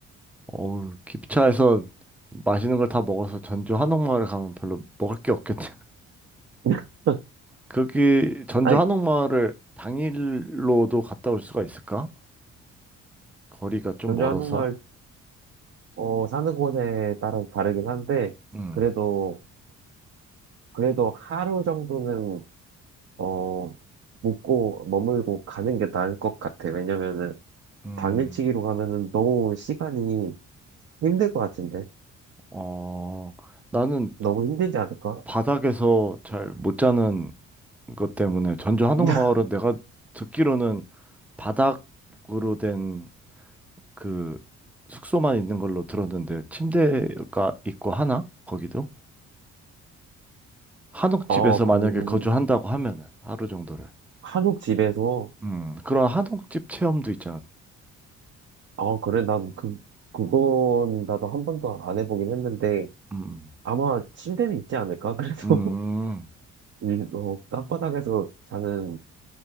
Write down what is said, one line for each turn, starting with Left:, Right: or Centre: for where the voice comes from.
Centre: 어우, 기차에서 맛있는 걸 다 먹어서 전주 한옥마을 가면 별로 먹을 게 없겠네.
Right: <laughs>
Centre: 거기 전주
Right: 아니,
Centre: 한옥마을을 당일로도 갔다 올 수가 있을까? 거리가 좀
Right: 전주
Centre: 멀어서.
Right: 한옥마을 어, 사는 곳에 따라서 다르긴 한데,
Centre: 음,
Right: 그래도, 그래도 하루 정도는, 어, 묵고, 머물고 가는 게 나을 것 같아. 왜냐면은,
Centre: 음,
Right: 당일치기로 가면은 너무 시간이 힘들 것 같은데?
Centre: 어, 나는
Right: 너무 힘들지 않을까?
Centre: 바닥에서 잘 못 자는 것 때문에 전주 한옥마을은
Right: <laughs>
Centre: 내가 듣기로는 바닥으로 된 그 숙소만 있는 걸로 들었는데 침대가 있고 하나? 거기도? 한옥집에서
Right: 어, 그,
Centre: 만약에 거주한다고 하면은 하루 정도를.
Right: 한옥 집에서,
Centre: 음, 그런 한옥집 체험도 있잖아.
Right: 어, 그래, 난 그, 그건 나도 한 번도 안 해보긴 했는데,
Centre: 음.
Right: 아마 침대는 있지 않을까? 그래서,
Centre: 음.
Right: <laughs> 이, 어, 땅바닥에서 자는